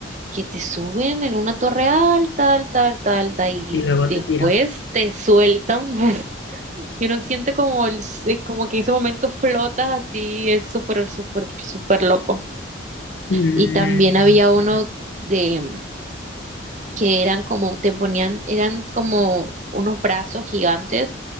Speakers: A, on the right; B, on the left.
A: que te suben en una torre alta, alta, alta, alta, y
B: Y luego
A: después
B: te tiran.
A: te sueltan, <laughs> y uno siente como, el, como que en ese momento flotas así, es súper, súper, súper loco.
B: Mm,
A: Y también había uno de mm, que eran como te ponían, eran como unos brazos gigantes